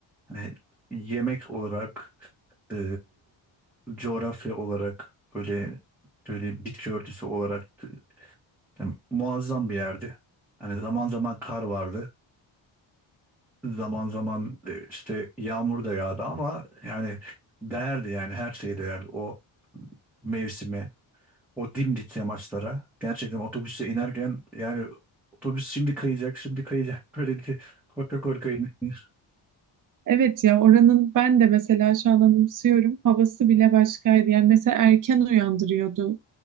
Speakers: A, in the centre; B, on the right.
A: Hani yemek olarak, e, coğrafya olarak, böyle böyle bitki örtüsü olarak e, yani muazzam bir yerdi. Hani zaman zaman kar vardı. Zaman zaman e, işte yağmur da yağdı ama yani değerdi yani her şeye değerdi. O mevsime, o dimdik yamaçlara gerçekten otobüse inerken yani otobüs şimdi kayacak, şimdi kayacak. <laughs> Böyle ki korka korka in- in-
B: Evet ya oranın ben de mesela şu an anımsıyorum. Havası bile başkaydı. Yani mesela erken uyandırıyordu.